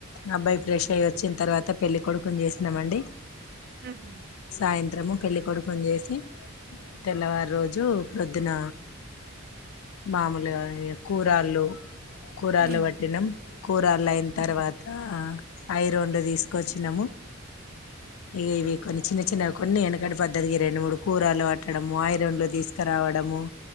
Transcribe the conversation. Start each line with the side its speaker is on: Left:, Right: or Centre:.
Left: అబ్బాయి ఫ్రెష్ అయి వచ్చిన తర్వాత పెళ్ళి కోడుకుని చేసినమండి
Right: ఉమ్ ఉహు
Left: సాయంత్రము పెళ్ళికొడుకుని చేసి తెల్లవారు రోజు పొద్దున మామూలుగా కూరాళ్ళు కూరలు
Right: ఉమ్
Left: పట్టినాం కూరలు అయిన
Right: ఉమ్
Left: తర్వాత
Right: ఉమ్
Left: ఐరోలో తీసుకొచ్చినాము ఇగ ఇవి కోని చిన్న చిన్న కొన్ని వెనకడి పద్ధతికి రెండు మూడు కూరలు ఆట్టడము ఐరోలు తీసుకు కిరావడము